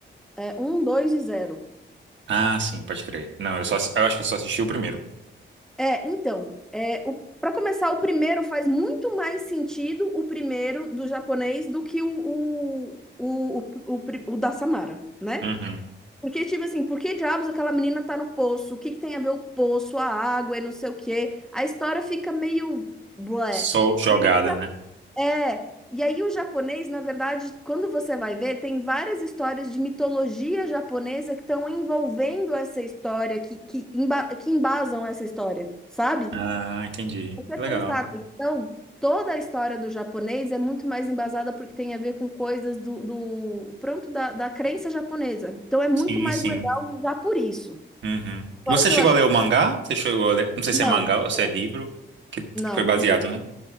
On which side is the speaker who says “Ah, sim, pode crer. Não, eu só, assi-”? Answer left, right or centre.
Right